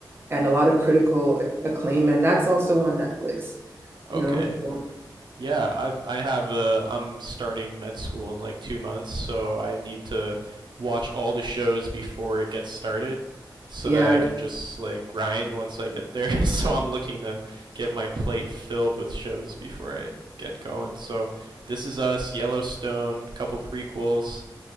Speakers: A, on the right; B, on the right.
A: and a lot of critical ac- acclaim, and that's also on Netflix,
B: Okay.
A: you know? So,
B: Yeah, I'm. I have a. I'm starting med school in like two months, so I need to watch all the shows before it gets started, so
A: yeah.
B: that I can just like grind once I get there. <laughs> so I'm looking to get my plate filled with shows before I get going. So this is us, Yellowstone, couple prequels.